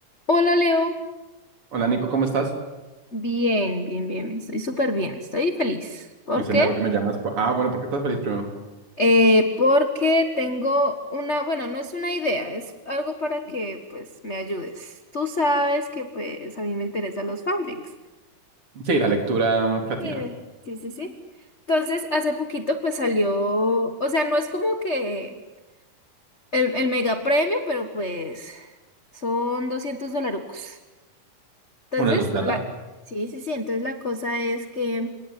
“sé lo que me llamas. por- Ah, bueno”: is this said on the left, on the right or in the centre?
Right